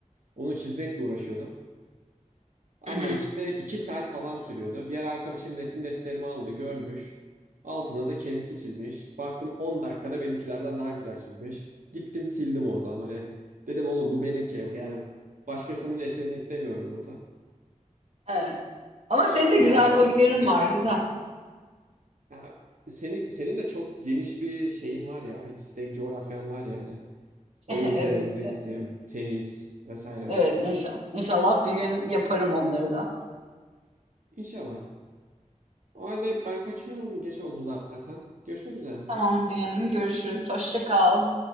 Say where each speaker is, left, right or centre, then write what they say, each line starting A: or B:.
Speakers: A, on the right; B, on the right.
A: Onu çizmekle uğraşıyordum. Ama
B: Hı hı,
A: işte iki saat falan sürüyordu. Bir ara arkadaşım resim defterimi aldı, görmüş. Altına da kendisi çizmiş. Baktım 10 dakikada benimkilerden daha güzel çizmiş. Gittim sildim oradan hani. Dedim oğlum bu benimki. Yani başkasının eserini istemiyorum burada.
B: evet. Ama senin de güzel
A: Ya ama
B: hobilerin var, güzel. <laughs>
A: ya senin, senin de çok geniş bir şeyin var ya. İstek coğrafyan var yani. Oymacılık,
B: Evet,
A: resim, tenis vesaire.
B: evet inşallah. İnşallah bir gün yaparım onları da.
A: İnşallah. O halde ben kaçıyorum. Geç oldu zaten. Görüşmek üzere.
B: Tamam Bünyamin. Görüşürüz. Hoşça kal.